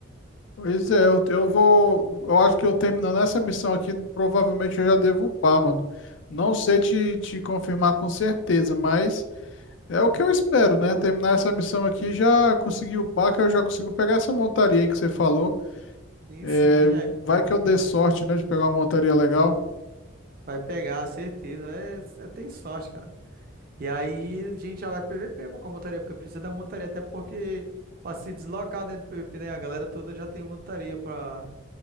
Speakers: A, on the left (about 65°); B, on the right (about 45°).
A: Pois é, eu, eu vou. Eu acho que eu terminando essa missão aqui, provavelmente eu já devo upar, mano. Não sei te, te confirmar com certeza, mas é o que eu espero, né? Terminar essa missão aqui, já consegui upar, que eu já consigo pegar essa montaria aí que você falou.
B: Sim,
A: É,
B: sim. Aí
A: vai que eu dê sorte, né, de pegar uma montaria legal,
B: vai pegar, certeza. É, cê tem sorte, cara. E aí a gente já vai pro PVP, pô, com a montaria, porque precisa da montaria, até porque pra se deslocar dentro do PVP, né? A galera toda já tem montaria pra,